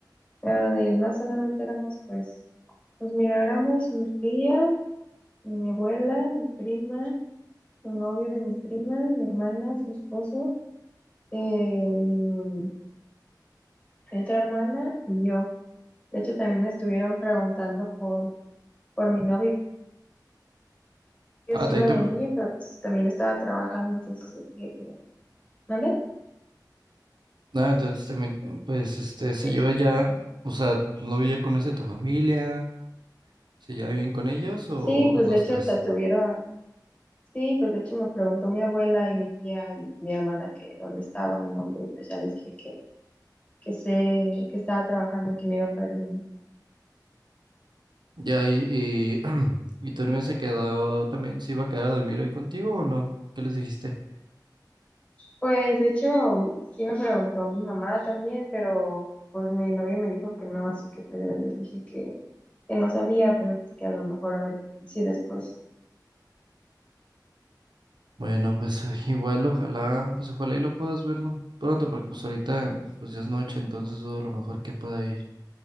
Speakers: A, on the left; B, on the right.
A: Pero de ahí en más solamente éramos, pues, pues mira, éramos mi tía, mi abuela, mi prima, su novio de mi prima, mi hermana, su esposo, eh, mi, mi otra hermana y yo. De hecho, también me estuvieron preguntando por, por mi novio,
B: Ah,
A: si
B: también
A: iba
B: te...
A: a venir,
B: pre-
A: pero pues también estaba trabajando, entonces les dije que no. ¿Mande?
B: Ah, entonces también, eh, pues, este, se
A: Sí,
B: lleva ya, o sea, tu novio ya conoce tu familia, ¿se lleva bien con ellos o
A: Sí, pues
B: dos,
A: de hecho
B: tres?
A: hasta estuvieron, sí, pues de hecho me preguntó mi abuela y mi tía y mi hermana que dónde estaba mi novio y pues ya les dije que que se, que estaba trabajando y que no iba a poder venir.
B: Ya, y, y, <clears throat> y tu novia se quedó también, ¿se iba a quedar a dormir hoy contigo o no? ¿Qué les dijiste?
A: Pues de hecho, sí me preguntó mi mamá también, pero pues mi novio me dijo que no, así que pues yo le dije que, que no sabía, pero pues, que a lo mejor a ver si después.
B: Bueno, pues eh, igual, ojalá, pues ojalá y lo puedas verlo pronto, porque pues ahorita, pues ya es noche, entonces dudo a lo mejor que pueda ir.